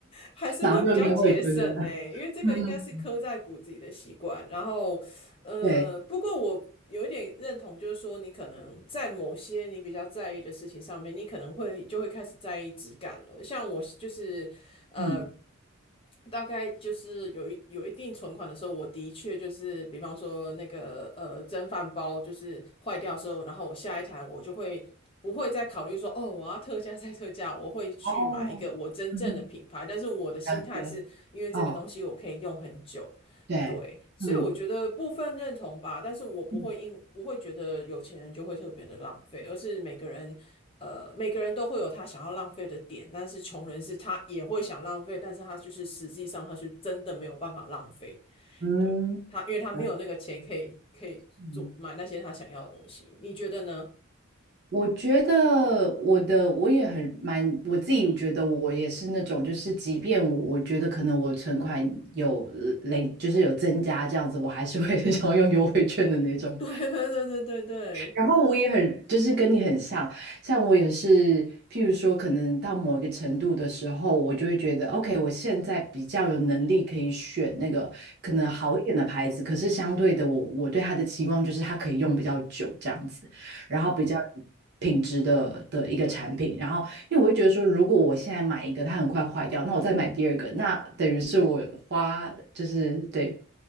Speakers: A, on the left (about 25°); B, on the right (about 55°).
A: 还是会比较节省呢，
B: 然后就约会觉得，
A: 欸因为这个应该是刻在骨子里的习惯。
B: 嗯嗯
A: 然后，呃，
B: 对，
A: 不过我有一点认同，就是说你可能在某些你比较在意的事情上面，你可能会就会开始在意质感了。像我就是呃，
B: 嗯，
A: 大概就是有一有一定存款的时候，我的确就是，比方说那个呃蒸饭包就是坏掉的时候，然后我下一台我就会不会再考虑说哦我要特价再特价，我会去买一个我真正的品牌，
B: 哦，嗯哼，
A: 但是我的心态是因为这个东西我可以用很久，
B: 了解，哦，对，
A: 对，所以我觉得部分认同吧，
B: 嗯
A: 但是我不会因不会觉得有钱人就会特别的浪费，
B: 嗯
A: 而是每个人，呃，每个人都会有他想要浪费的点，但是穷人是他也会想浪费，但是他就是实际上他是真的没有办法浪费，
B: 嗯。
A: 对，他，因为他没有那个钱可以可以做买那些他想要的东西，
B: 嗯，嗯
A: 你觉得呢？
B: 我觉得我的我也很蛮，我自己觉得我也是那种，就是即便我我觉得可能我存款有呃累，就是有增加这样子，我还是会 <laughs> 想要用优惠券的那种。
A: <laughs> 对对对对对对，
B: 然后我也很，就是跟你很像，像我也是，譬如说，可能到某一个程度的时候，我就会觉得，OK，我现在比较有能力可以选那个可能好一点的牌子，
A: 嗯
B: 可是相对的我，我对它的期望就是它可以用比较久这样子，然后比较有品质的的一个产品，
A: 嗯
B: 然后因为我会觉得说，如果我现在买一个，它很快坏掉，那我再买第二个，那等于是我花就是对